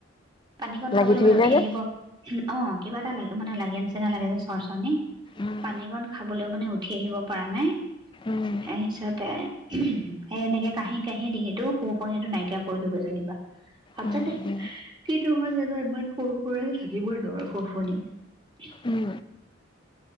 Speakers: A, on the right (about 25°); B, on the left (about 25°).
A: পানীকণ
B: লাগি
A: খাবলৈ
B: ধৰিলে
A: মানে উঠি
B: যে
A: আহিব অ কিবা এটা লাগ মানে লাগে নিচিনা লাগে যে চৰ্চৰণি,
B: উম
A: পানীকণ খাবলৈও মানে উঠি আহিব পৰা নাই
B: উম
A: তাৰপিছতে সি এনেকে কাঁহি কাঁহি ডিঙিটো শু শুৱণি টু নাইকিয়া কৰিলোগৈ যেনিবা হঠাতে
B: উম উম
A: কিটো হয় জানো ইমান সৰু সুৰা থাকিবই নোৱাৰোঁ সু শুৱনী
B: উম